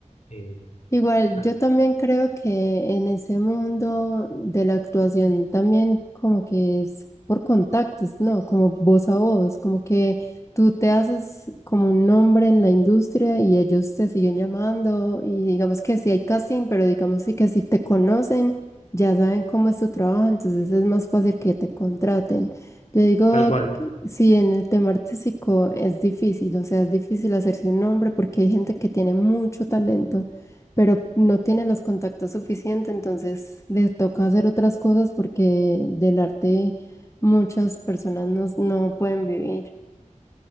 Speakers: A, on the left (about 60°); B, on the left (about 20°).
A: Eh,
B: Igual,
A: ah,
B: yo también creo que en ese mundo de la actuación también como que es por contactos, ¿no? Como voz a voz, como que tú te haces como un nombre en la industria y ellos te siguen llamando y digamos que sí hay casting, pero digamos sí que si te conocen, ya saben cómo es tu trabajo, entonces es más fácil que te contraten. Yo digo,
A: tal cual.
B: que sí, en el tema artístico es difícil, o sea, es difícil hacerse un nombre porque hay gente que tiene mucho talento pero no tiene los contactos suficientes, entonces le toca hacer otras cosas porque del arte muchas personas no, no pueden vivir.